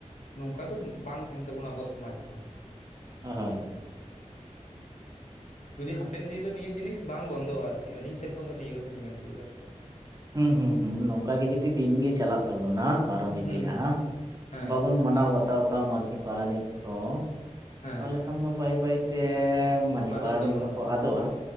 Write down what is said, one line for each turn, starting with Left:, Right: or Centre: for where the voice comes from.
Left: ᱚᱱᱠᱟ ᱫᱚ ᱵᱟᱝ ᱛᱟᱦᱮᱱ ᱛᱟᱵᱚᱱᱟ ᱟᱵᱚᱣᱟᱜ ᱥᱚᱢᱟᱡᱽ ᱫᱚ ᱦᱟᱸᱜ
Right: ᱦᱳ ᱦᱳᱭ
Left: ᱡᱩᱫᱤ ᱦᱟᱯᱮᱱ ᱫᱤᱱ ᱨᱮ ᱱᱤᱭᱟᱹ ᱡᱤᱱᱤᱥ ᱵᱟᱝ ᱵᱚᱱᱫᱚᱜᱼᱟ ᱟᱨᱠᱤ ᱟᱹᱞᱤᱧ ᱥᱮᱱ ᱠᱷᱚᱱ ᱫᱚ ᱱᱤᱭᱟᱹ ᱠᱟᱛᱷᱟ ᱞᱤᱧ ᱢᱮᱱ ᱚᱪᱚ ᱠᱮᱫᱟ᱾
Right: ᱦᱩᱸ ᱦᱩᱸ ᱦᱩᱸ ᱱᱚᱝᱠᱟ ᱜᱮ ᱡᱩᱫᱤ ᱫᱤᱱ ᱜᱮ ᱪᱟᱞᱟᱜ ᱛᱟᱵᱚᱱᱟ ᱯᱟᱨᱚᱢ ᱤᱫᱤᱜᱼᱟ
Left: ᱦᱩᱸ ᱦᱩᱸ ᱦᱮᱸ
Right: ᱵᱟᱵᱚᱱ ᱢᱟᱱᱟᱣ ᱵᱟᱛᱟᱣ ᱠᱚᱣᱟ ᱢᱟᱺᱡᱷᱤ ᱯᱟᱨᱟᱱᱤᱠ ᱠᱚ
Left: ᱦᱮᱸ
Right: ᱛᱟᱦᱚᱞᱮ ᱠ ᱠᱷᱟᱱ ᱫᱚ ᱵᱟᱹᱭ ᱵᱟᱹᱭ ᱛᱮ ᱢᱟᱹᱡᱷᱤ
Left: ᱟᱫᱚᱜ
Right: ᱯᱟᱨᱟᱱᱤᱠ
Left: ᱛᱟᱵᱚᱱᱟ
Right: ᱠᱚᱦᱚ ᱠᱩ ᱟᱫᱚᱜᱼᱟ